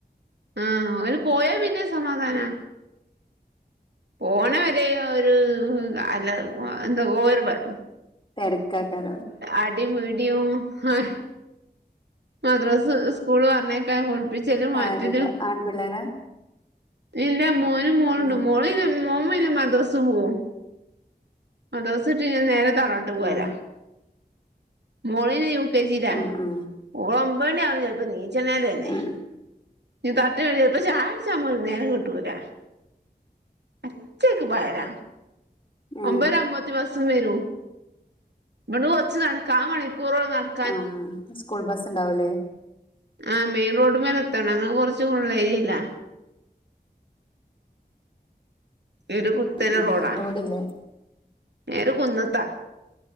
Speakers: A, on the right (about 85°); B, on the left (about 30°).
A: ആഹ് ഓല് പോയ പിന്നെ സമാധാനാ പോണ വെരേ ഒരു അല്ല എന്ത ഓരു <unintelligible>
B: തെരക്കാകരം
A: ആടി പിടി <unintelligible> എഹ് മദ്രാസ് സ്കൂള് പറഞ്ഞേയ്ക്കാ കുളിപ്പിച്ചലും മാറ്റിലും
B: ആ രണ്ട് ആൺപിള്ളേരാ
A: പില്ല മോനും മോളുണ്ട്.
B: ഉം
A: മോള് <unintelligible> ന്നെ മോന് പിന്നെ മദ്രസ് പോവും. മദ്രസ് വിട്ട നേരെ തറവാട്ടു പോവല
B: ആ
A: മോളി ന്നെ യുകെ ജീല.
B: ആ ആ
A: ഓള് ഒമ്പണ്യാവും ചെൽപ്പ നീച്ചെണേ തന്നെ.
B: ആ
A: <unintelligible> ചായാടിച്ചൻ പോലും നേരം കിട്ടൂലാ അച്ചേക്ക് പായല
B: ഏ
A: ഒമ്പേര അവുമ്പതി ബസും വെരൂ. ഇബട്ന്ന് കൊറ്ച്ച് നടക്ക കാമണിക്കൂറോണ് നടക്ക
B: ആഹ് സ്കൂൾ ബസ്സ് ഇണ്ടാവുലേ
A: ആഹ് മെയിൻ റോഡ് മേല എത്തണം. അങ്ള് കൊറ്ച്ച് ഉള്ളെയ്ര്യേല്ല ഇരു കുത്തന
B: ഉം
A: റോഡാ.
B: റോഡില്ലേ
A: ഞാ ഒരു കുന്നത്താ.